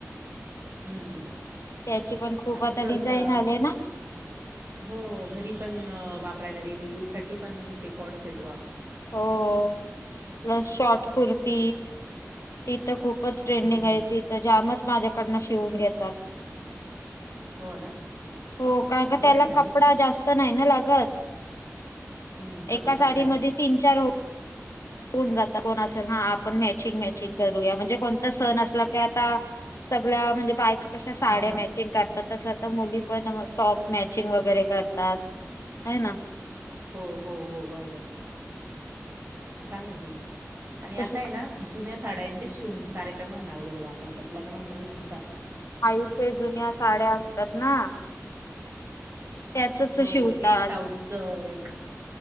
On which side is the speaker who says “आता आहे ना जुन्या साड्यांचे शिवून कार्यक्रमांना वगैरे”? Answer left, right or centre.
Right